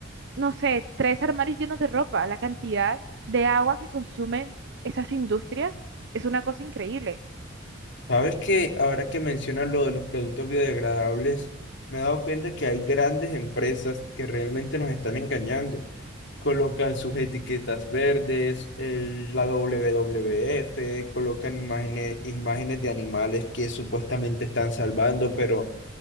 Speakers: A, on the right; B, on the left.
A: no sé, tres armarios llenos de ropa. La cantidad de agua que consumen esas industrias es una cosa increíble.
B: Sabes que ahora que mencionas lo de los productos biodegradables, me he dado cuenta que hay grandes empresas que realmente nos están engañando. Colocan sus etiquetas verdes, el- la WWF, colocan imágenes, imágenes de animales que supuestamente están salvando, pero